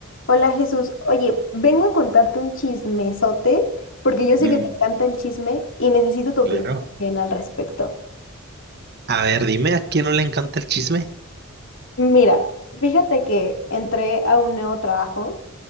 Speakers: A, on the left (about 65°); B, on the right (about 50°).
A: Hola Jesús, oye, vengo a contarte un chismesote porque yo sé
B: Mm,
A: que te encanta el chisme y necesito tu opinión
B: claro.
A: también al respecto.
B: A ver, dime, ¿a quién no le encanta el chisme?
A: Mira, fíjate que entré a un nuevo trabajo,